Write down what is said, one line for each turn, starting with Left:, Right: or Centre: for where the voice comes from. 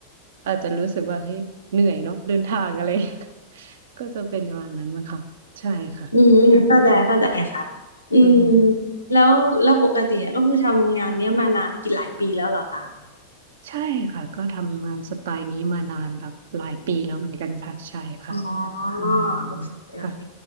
Right: อาจจะรู้สึกว่าเฮ้ยเหนื่อยเนาะเดินทางอะไรเงี้ย <laughs> ก็จะเป็นประมาณนั้นมั้งค่ะใช่ค่ะ
Left: อืมเข้าใจเข้าใจค่ะอืม
Right: อืม
Left: แล้วแล้วปกติก็คือทำงานเนี้ยมานานกี่หลายปีแล้วเหรอคะ
Right: ใช่ค่ะก็ทำงานสไตล์นี้มานานแบบหลายปีแล้วเหมือนกันค่ะใช่ค่ะ
Left: อ๋อโ
Right: อืม
Left: อเคโอเค
Right: ค่ะ